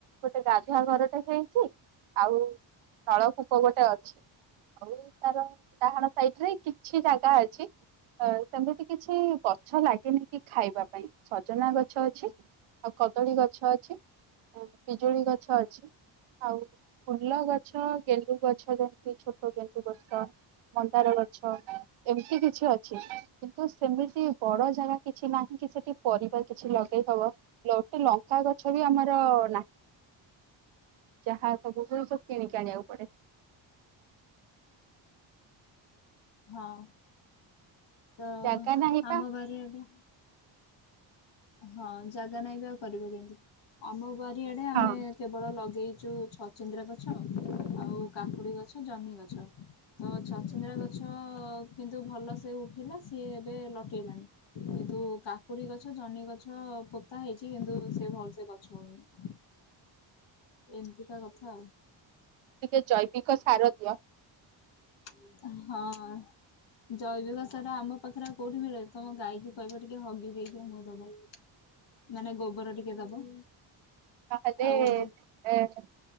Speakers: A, on the right; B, on the left.
A: ଗୋଟେ ଗାଧୁଆ ଘରଟେ ହେଇଛି। ଆଉ ନଳକୂପ ଗୋଟେ ଅଛି। ଆଉ ତାର ଡାହାଣ ସାଇଟ୍ ରେ କିଛି ଜାଗା ଅଛି। ଅ ସେମିତି କିଛି ଗଛ ଲାଗେନି କି ଖାଇବା ବା ପାଇଁ ସଜନା ଗଛ ଅଛି ଆଉ କଦଳୀ ଗଛ ଅଛି। ପିଜୁଳି ଗଛ ଅଛି। ଆଉ ଫୁଲ ଗଛ ଗେଣ୍ଡୁ ଗଛ ଯେମିତି ଛୋଟ ଗେଣ୍ଡୁ ଗଛ ମନ୍ଦାର ଗଛ ଏମିତି କିଛି ଅଛି କିନ୍ତୁ ସେମିତି ବଡ ଜାଗା କିଛି ନାହିଁ କି ସେ କି ପରିବା କିଛି ଲଗେଇହବ ଗୋଟେ ଲଣ୍ଟି ଲଙ୍କା ଗଛ ବି ଆମର ନାହିଁ। ଯାହା ସବୁ ଯିନିସ କିଣିକି ଆଣିବାକୁ ପଡେ।
B: ହଁ ତ
A: ଜାଗା ନାହିଁ ପା
B: ଆମ ବାରିଆଡେ ହଁ ଜାଗା ନାଇଁ ବି ଆଉ କରିବ କେମତି। ଆମ ବାରିଆଡେ ଆମେ
A: ହଁ
B: ବଳ ଲଗେଇଛଚୁ ଛଚିନ୍ଦ୍ରା ଗଛ ଆଉ କାକୁଡି ଗଛ ଜହ୍ନି ଗଛ। ତ ଛଚିନ୍ଦ୍ରା ଗଛ କିନ୍ତୁ ଭଲ ସେ ଉଠିଲା ସିଏ ଏବେ ଲଟେଇଲାଣି। କିନ୍ତୁ କାକୁଡି ଗଛ ଜହ୍ନି ଗଛ ପୋତା ହେଇଛି କିନ୍ତୁ ସେ ଭଲ ସେ ଗଛ ହଉନି। ଏମତିକା କଥା ଆଉ।
A: ଟିକେ ଜୈବିକ ସାର ଦିଅ।
B: ହଁ ଜୈବିକ ସାରା ଆମ ପାଖରେ କୋଉଠି ମିଳିବ ତମ ଗାଈକି କହିବ ଟିକେ ହସି ଦେଇକି ଆମକୁ ଦବ। ମାନେ ଗୋବର ଟିକେ ଦବ।
A: ତାହେଲେ
B: ଆଉ ଯେ
A: ଏ